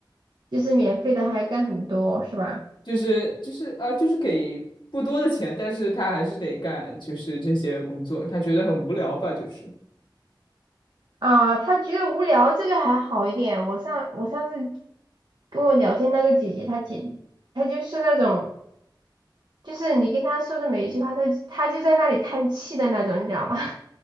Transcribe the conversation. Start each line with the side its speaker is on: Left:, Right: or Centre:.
Right: 就是免费的还干很多是吧？
Left: 就是就是啊，就是给不多的钱，但是她还是得干，就是这些工作，她觉得很无聊吧，就是。
Right: 啊，他觉得无聊这个还好一点，我上我上次跟我聊天那个姐姐，她简她就是那种。就是你跟他说的每一句话，他就他就在那里叹气的那种，你知道吗？